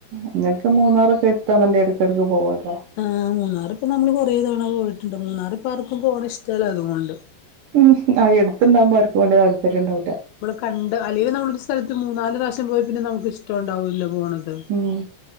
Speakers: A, on the right; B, on the left.
A: നിങ്ങക്ക് മൂന്നാറൊക്കെ എടുത്താനല്ലേ ഇടക്കിടക്ക് പോവല്ലോ.
B: ആ മൂന്നാർ ഇപ്പ നമ്മള് കൊറേ തവണ പോയിട്ടുണ്ട്, മൂന്നാർ ഇപ്പ ആർക്കും പോണ ഇഷ്ടമല്ല അതുകൊണ്ട്.
A: ഉം, ആഹ് അടുത്തുണ്ടാവുമ്പോ ആർക്കും വലിയ താല്പര്യം ഉണ്ടാവില്ല.
B: കണ്ട് അല്ലെങ്കിലും നമ്മളൊരു സ്ഥൽത്ത് മൂന്നാല് പ്രാശ്യം പോയാ പിന്നെ നമുക്ക് ഇഷ്ടം ഉണ്ടാവൂല്ലല്ലോ പോണത്
A: ഉം